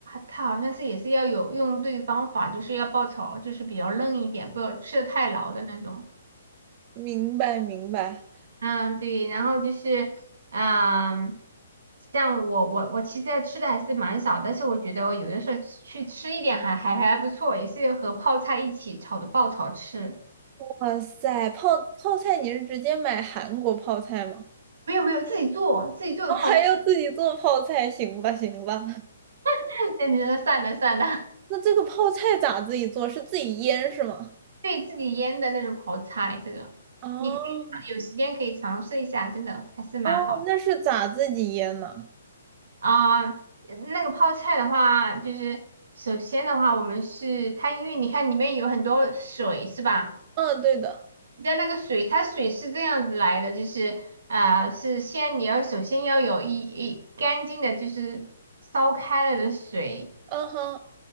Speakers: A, on the right; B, on the right.
A: 它好像是也是要有用对方法，就是要爆炒，就是比较嫩一点，不要吃的太老的那种。
B: 明白，明白。
A: 嗯，对，然后就是嗯，像我我我其实吃的还是蛮少，但是我觉得我有的时候去吃一点还还还不错，也是和泡菜一起炒的爆炒吃。
B: 哇塞，泡泡菜你是直接买韩国泡菜吗？
A: 没有没有，自己做自己做的泡菜，
B: 哦，还要自己做泡菜，行吧行吧。
A: <laughs> 那你说算了算了，
B: 那这个泡菜咋自己做？是自己腌是吗？
A: 可以自己腌的那种泡菜，这种你可以尝有时间可以尝试一下，
B: 哦
A: 真的还是蛮好的
B: 哦，那是咋自己腌呢？
A: 啊。呃那个泡菜的话，就是首先的话，我们是它，因为你看里面有很多水是吧？
B: 嗯，对的。
A: 在那个水，它水是这样子来的，就是啊，是先你要首先要有一一干净的，就是烧开了的水，
B: 嗯哼